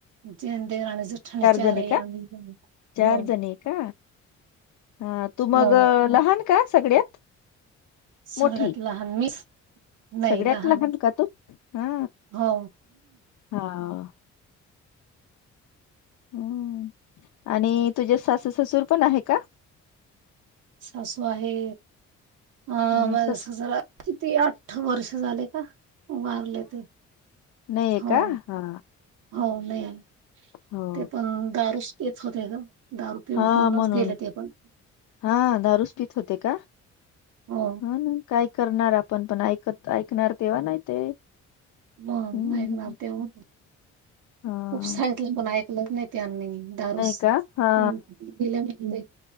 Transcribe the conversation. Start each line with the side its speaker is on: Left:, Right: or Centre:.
Right: दीर जेठाणे चार
Left: जणी
Right: आहे
Left: का
Right: आम्ही
Left: चार
Right: हो
Left: जणी आहे का हा तू
Right: हो
Left: मग लहान का सगळ्यात
Right: सगळ्यात
Left: मोठी
Right: लहान मी. नाही
Left: सगळ्यात
Right: लहान
Left: का तू हा
Right: हो.
Left: हा. ह आणि तुझे सासू ससुर पण आहे का
Right: सासू आहे आ
Left: हा,
Right: मग
Left: सस
Right: सासरा किती आठ वर्ष झाले का वारले ते
Left: नाहीे या
Right: हो
Left: का हा
Right: हो नाही
Left: हो
Right: ते पण दारूच पेत होते ग. दारू पिऊन
Left: हा
Right: पिऊनच
Left: म्हणून
Right: गेले ते पण
Left: हां दारूच पीत होते का.
Right: हो
Left: हा ना काय करणार आपण पण ऐकत ऐकणार तेव्हा नाही ते
Right: मग
Left: हम्म
Right: ऐकणार तेव्हा
Left: हा
Right: खूप सा ते पण ऐकलच नाही त्यांनी दारूस
Left: नाही का हा
Right: पिऊन ग